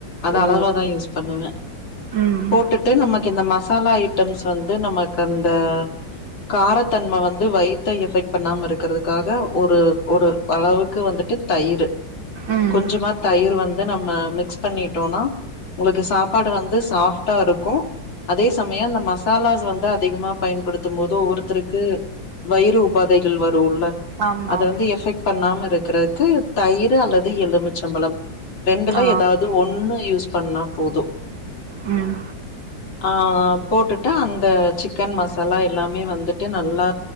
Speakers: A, on the left; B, on the right.
A: அத
B: ஓ
A: அளவா தா யூஸ் பண்ணுவே
B: ம்
A: போட்டுட்டு நமக்கு இந்த மசாலா ஐட்டம்ஸ் வந்து நமக்கு அந்த காரத்தன்மை வந்து வயித்த எஃபெட் பண்ணாம இருக்கிறதுக்காக ஒரு ஒரு அளவுக்கு வந்துட்டு தயிரு
B: ம்
A: கொஞ்சமா தயிரு வந்து நம்ம மிக்ஸ் பண்ணிட்டோனா உங்களுக்கு சாப்பாடு வந்து சாஃப்ட்டா இருக்கு அதே சமயோ அந்த மசாலாஸ் வந்து அதிகமா பயன்படுத்தும் போது ஒவ்வொருத்தருக்கு வயிறு உபாதைகள் வருல்ல
B: ஆமா
A: அத வந்து எஃபெக்ட் பண்ணாம இருக்கிறதுக்கு தயிரு அல்லது எலுமிச்சம்பழம் ரெண்டுல
B: ஆ
A: ஏதாது ஒன்னு யூஸ் பண்ணா போது
B: ம்
A: ஆ போட்டுட்டா அந்த சிக்கன் மசாலா எல்லாமே வந்துட்டு நல்லா